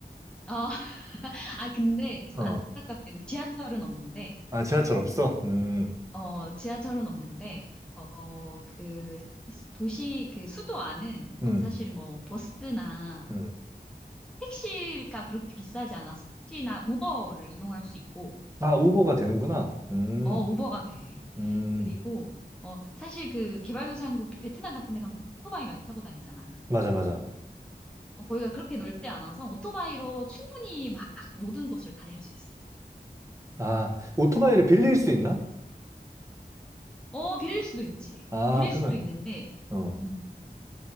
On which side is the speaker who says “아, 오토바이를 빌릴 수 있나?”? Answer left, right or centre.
Right